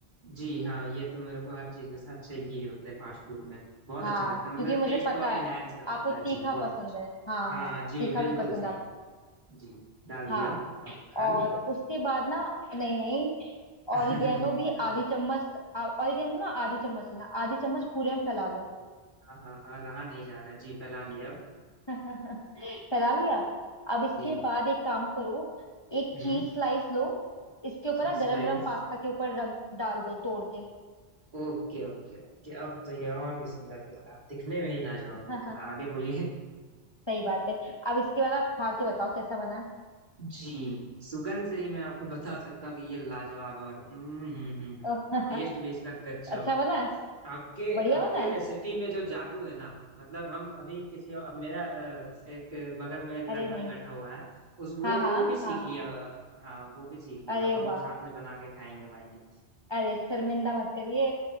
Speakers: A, on the right (about 50°); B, on the left (about 25°).
A: जी हाँ ये तो मेरे को हर चीज के साथ चाहिए ही होता है फास्ट फूड में बहुत
B: हाँ
A: अच्छा लगता
B: क्योंकि
A: है मतलब
B: मुझे
A: टेस्ट
B: पता
A: को और इनहेंस
B: है
A: कर
B: आपको
A: देता
B: तीखा
A: है जी बहुत
B: पसंद
A: अच्छा।
B: है हाँ
A: हाँ
B: हाँ
A: जी
B: तीखा
A: बिल्कुल
B: भी पसंद
A: सही
B: है आपको
A: जी डाल दिया
B: हाँ
A: अब अब खा
B: और
A: लूँ
B: उसके बाद ना नहीं नहीं
A: <laughs>
B: ऑरिगेनो भी
A: हाँ
B: आधी चम्मच आ- ऑरिगेनो ना आधी चम्मच लेना आधी चम्मच पूरे में फैला लो
A: हाँ हाँ रहा नहीं जा रहा जी फैला लिया अब
B: <laughs> फैला लिया अब इसके
A: जी
B: बाद एक काम करो एक
A: हम्म
B: चीज स्लाइस लो इसके ऊपर
A: Cheese
B: ना
A: slice
B: गरम गरम पास्ता के ऊपर रख डाल दो तोड़ के
A: Okay okay okay अब तो ये और भी सुंदर दिख रहा है दिखने में ही लाजवाब
B: <laughs>
A: दिख रहा है आगे बोलिए
B: सही बात है अब इसके बाद आप खा के बताओ कैसा बना है
A: जी सुगंध से ही मैं आपको बता सकता हूँ कि ये लाजवाब है और हम्म हम्म हम्म हम्म,
B: ओह, <laughs>
A: टेस्ट भी इसका गजब
B: अच्छा
A: है भाई
B: बना है
A: आपके
B: बढ़िया
A: आपके
B: बना है
A: रेसिपी में जो जादू है ना मतलब हम अभी किसी अब मेरा अ, एक बगल में एक लड़का
B: अरे नहीं
A: भी बैठा हुआ है उस वो
B: हाँ हाँ
A: वो भी सीख
B: हाँ
A: लिया
B: हाँ
A: अ, हाँ वो भी सीख लिया
B: अरे
A: अब हम
B: वाह
A: लोग साथ में बना के खाएंगे वाएंगे
B: अरे शर्मिंदा मत करिए